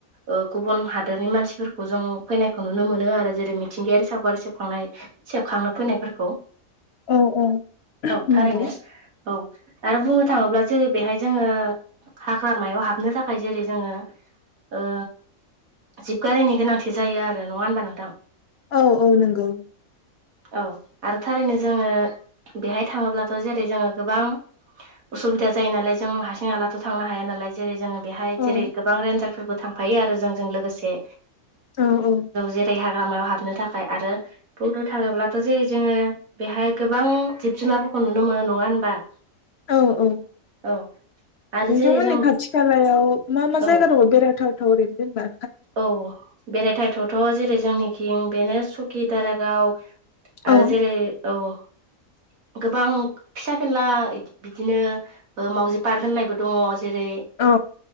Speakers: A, on the right; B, on the left.
A: ओ गुबुन हादोरनि मानसिफोरखौ जों फैनायखौ नुनो मोनो आरो जेरै मिथिंगायारि सावगारि सेबखांनाय। सेबखांनो फैनायफोरखौ
B: औ औ
A: औ थारैनो
B: नंगौ
A: औ आरो बुंनो थााङोब्ला जेरै बेहाय जोंङो हाग्रामायाव हाबनो थाखाय जेरै जोंङो ओ जिबगारिनि गोनांथि जायो आरो नङा होनबा नोंथां
B: औ औ नंगौ।
A: औ आरो थारैनो जोंङो बेहाय थाङोब्लाथ' जेरै जोंङो गोबां। उसुबिदा जायो नालाय जों हारसिं हालाथ' थांनो हाया नालाय जेरै जोंङो बेहाय
B: औ
A: जेरै गोबां रेन्जारफोरबो थांफायो आरो जोंजों लोगोसे
B: औ औ
A: जेरै हाग्रामायाव हाबनो थाखाय आरो थाङोब्लाथ' जेरै जोंङो बेहाय गोबां जिब जुनारफोरखौ नुनो मोनो नङा होनबा
B: औ औ
A: औ आरो
B: नोंथांमोननि
A: जेरै जों
B: खाथि खालायाव मा मा
A: औ
B: जायगा दङ बेरायथाव ओरैनो जेनबा
A: औ बेरायथाव थावथ' जेरै जोंनिथिं बेनो सु खि दारागाव आरो
B: औ
A: जेरै औ गोबां फिसा फेनला बिदिनो मावजि पार्क होननायबो दङ। जेरै
B: औ